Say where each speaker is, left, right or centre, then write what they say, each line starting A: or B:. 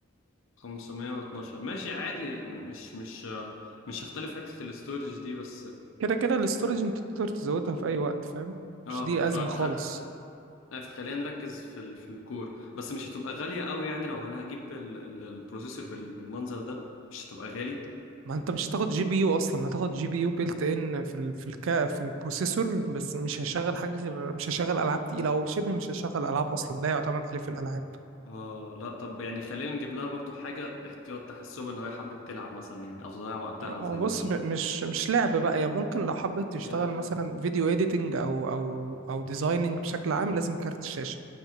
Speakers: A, on the left; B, on the right.
A: خمسمية واتناشر ماشي عادي مش مش مش هختلف حتة الاستورج دي بس
B: كده كده الاستورج انت تقدر تزودها في اي وقت فاهم
A: اه
B: مش دي
A: فخ...
B: أزمة خالص
A: خلينا نركز في ال... في الكور بس مش هتبقى غالية قوي يعني لو أنا هجيب ال... ال... البروسيسور بال... بالمنظر ده مش هتبقى غالي
B: ما انت مش هتاخد جي بي يو اصلا هتاخد جي بي يو بيلت ان في ال... في الكا في البروسيسور بس مش هشغل حاجة غير مش هشغل العاب تقيلة او شبه مش هشغل العاب اصلا لا يعتمد عليه في الالعاب
A: اه لا طب يعني خلينا نجيب لها برضو حاجة احتياط تحسب ان هي حبت تلعب مثلا يعني او تضيع وقتها
B: هو
A: زي
B: بص
A: ما
B: م- مش مش لعب بقى يعني ممكن لو حبيت
A: يا
B: تشتغل مثلا فيديو اديتنج او او او ديزايننج بشكل عام لازم كارت الشاشه